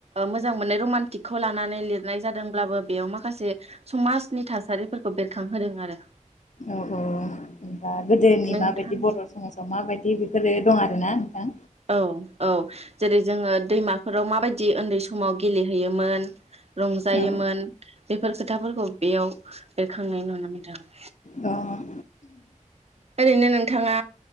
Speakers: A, on the right (about 50°); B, on the left (about 65°).
A: मोजां मोननाय रमान्टिकखौ लानानै लिरनाय जादोंब्लाबो बेयाव माखासे समाजनि थासारिफोरखौ बेरखांहोदों आरो।
B: औ औ होनबा गोदो। जोंनि
A: नोंथां
B: माबायदि बर' समाजाव माबायदि बेफोरो दं आरोना। नोंथां
A: औ औ जेरै जोङो दैमा फोराव माबायदि उन्दै समाव गेलेहैयोमोन। रंजायोमोन
B: औ
A: बेफोर खोथाफोरखौ बेयाव बेरखांनाय नुनो मोनदों। <inaudible>
B: औ अ
A: ओरैनो नोंथाङा